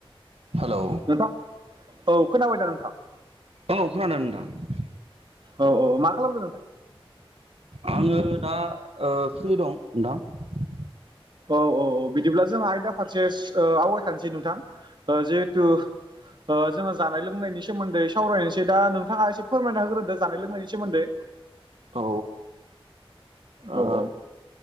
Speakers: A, on the right (about 90°); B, on the right (about 50°).
A: हेलौ औ
B: नोंथां औ खोनाबायदा नोंथां?
A: औ खोनादों नोंथां
B: औ औ मा खालामदों नोंथां?
A: आङो दा ओ फ्रि दं नोंथां
B: औ औ औ बिदिब्ला जोंहा आयदा फारसे ओ आवगायखानोसै नोंथां जिहेथु ओ जों जानाय लोंनायनि सोमोन्दैावरायनोसै दा नोंथाङा एसे फोरमायना होग्रोदो जानाय लोंनायनि सोमोन्दै
A: औ
B: औ
A: ओ
B: औ